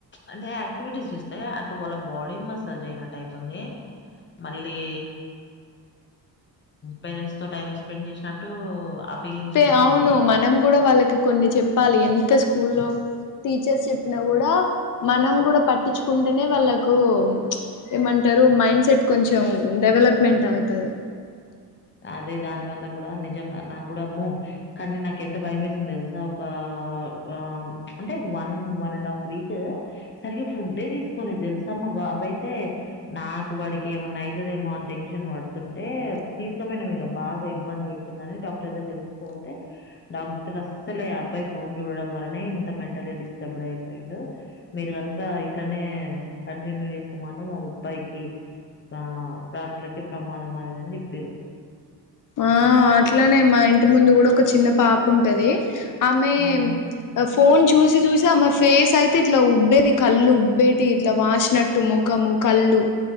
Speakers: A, on the left (about 30°); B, on the left (about 55°).
A: అంటే యాక్టివిటీస్ చేస్తే అటు వాళ్ళ బాడీ మసాజ్ అయినట్టు అయితుంది మళ్ళీ పేరెంట్స్ తో టైం స్పెండ్ చేసినట్టు ఫీలింగ్స్
B: పే
A: ఉంటున్నాయి.
B: అవును మనం కూడా వాళ్ళకి కొన్ని చెప్పాలి ఎంత స్కూల్లో టీచర్స్ చెప్పిన కూడా మనం కూడా పట్టించుకుంటేనే వాళ్ళకు ఏమంటారు మైండ్ సెట్ కొంచెం డెవలప్మెంట్ అవుతుది
A: అదే దాని వల్ల కూడా నిజంగా నాకు కూడా అమ్మో కానీ నాకెంత భయం వేసింది తెలుసా ఒకా ఆ అంటే one one and half week సరిగా ఫుడ్ఎ తీసుకోవలే తెలుసా మా బాబ్ బాబ్ అయితే నాకు వాడికి ఏమన్నా అయితాద్ ఏమో అని టెన్షన్ పడుతుంటే తీసుకోపోయినాము ఇక బాగా ఇబ్బంది పెడుతుందని డాక్టర్ దగ్గర తీసుకోపోతే డాక్టర్ అస్సలే అబ్బాయ్ ఫోన్ చూడడం వల్లనే ఇంత మెంటలీ డిస్టర్బ్డ్ అయిపోయిండు మీరు కనుక ఇట్లనే కంటిన్యూ చేస్తే మాత్రం అబ్బాయికి ఆ ప్రాణలకే ప్రమాదం అదని చెప్ పీరు
B: ఆ అట్లానే మా ఇంటి ముందు కూడా ఒక చిన్న పాప ఉంటది ఆమె
A: హ్మ్.
B: ఆ ఫోన్ చూస్త్ చూసి చూసి ఆ మా ఫేస్ అయితే ఇట్లా ఉబ్బేది కళ్ళు ఉబ్బేటి ఇట్లా వాసినట్టు ముఖము కళ్ళు